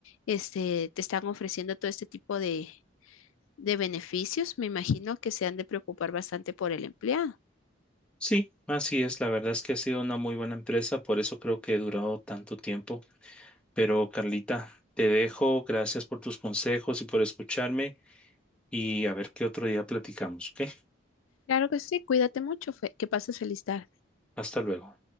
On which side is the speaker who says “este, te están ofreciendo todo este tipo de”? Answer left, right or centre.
Left